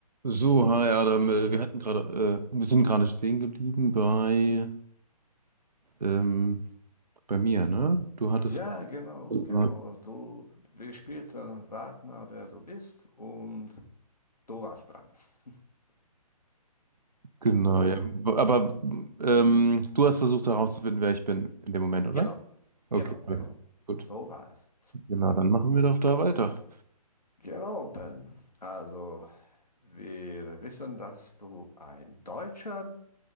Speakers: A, on the right (about 80°); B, on the left (about 85°).
A: So, hi Adam, äh, wir hatten gerade, äh, wir sind gerade stehen geblieben bei, ähm, bei mir, ne? Du hattest,
B: Ja, genau,
A: <laughs>
B: genau. Du, wir spielten Rat mal, wer du bist und du warst dran. <laughs>
A: genau,
B: Oh,
A: ja. Aber ähm, du hast versucht herauszufinden, wer ich bin in dem Moment, oder?
B: genau,
A: Okay,
B: genau,
A: alles
B: genau.
A: gut.
B: So war es.
A: Genau, dann machen wir doch da weiter.
B: Genau, Ben. Also, wir wissen, dass du ein Deutscher